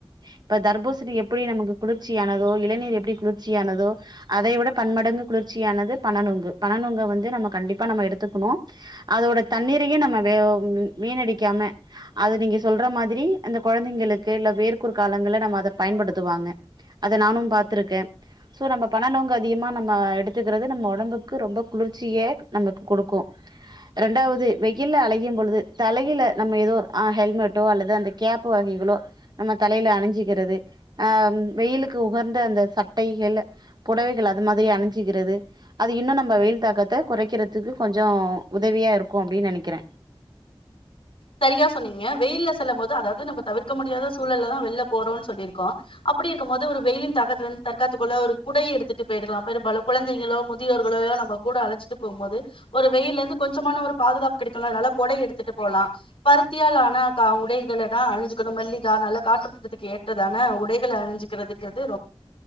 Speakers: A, on the right; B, on the left.
A: இப்ப தர்பூசணி எப்படி நமக்கு குளிர்ச்சியானதோ இளநீர் எப்படி குளிர்ச்சியானதோ அதை விட பன்மடங்கு குளிர்ச்சியானது பணநொங்கு பணநொங்கு வந்து நம்ம கண்டிப்பா இப்ப நாம எடுத்துக்கணு அதோட தண்ணீரையே நம்ம வே வீணடிக்காம அது நீங்க சொல்ற மாதிரி இந்த குழந்தைங்களுக்கு இல்ல வேர்குரு காலங்கள்ல நம்ம அத பயன்படுத்துவாங்க அத நானும் பாத்துருக்க சோ நம்ம பண நொங்க அதிகமா நம்ம எடுத்துக்கிறது நம்ம ஒடம்புக்கு ரொம்ப குளிர்ச்சியே நமக்கு கொடுக்கு ரெண்டாவது வெய்யில அழையும் பொழுது தலையில நம்ம எதோ ஆஹ் ஹெல்மெட்டோ அல்லது அந்த கேப்பு வகைகளோ நம்ம தலையில அணிஞ்சுக்கிறது ஆஹ் வெய்யிலுக்கு உகந்த அந்த சட்டைகள்ல புடவைகள் அது மாதிரி அணிஞ்சுக்கிறது அது இன்னு நம்ம வெய்யில் தாக்கத்தை குறை க்கிறதுக்கு கொஞ்சோ உதவியா இருக்கு அப்படின்னு நினைக்கிற
B: சரியா சொன்னீங்க வெய்யில்ல செல்லம்போது அதாவது நம்ம தவிர்க்க முடியாத சூழல்லதா வெளில போறோனு சொல்லிருக்கோ அப்படி இருக்கும் போது ஒரு வெய்யிலின் தக்கத்துல இருந்து தற்காத்துக்கொள்ள ஒரு குடையை எடுத்துட்டு போயிடறலா பெரும்பாலு குழந்தைங்களோ முதியோர்களயோ நம்ம கூட அழைச்சிட்டு போம்போது ஒரு வெய்யில இருந்து கொஞ்சமான ஒரு பாதுகாப்பு கிடைக்குல்ல அதனால கொடை எடுத்துட்டு போலா பருத்தியால் ஆன கா உடைகளதா அணிஞ்சுக்கணு மெல்லிதா நல்ல காற்றுத்திட்டத்துக்கு ஏற்றதான உடைகளை அணிஞ்சு ங்கிறதுங்கிறது ரொம்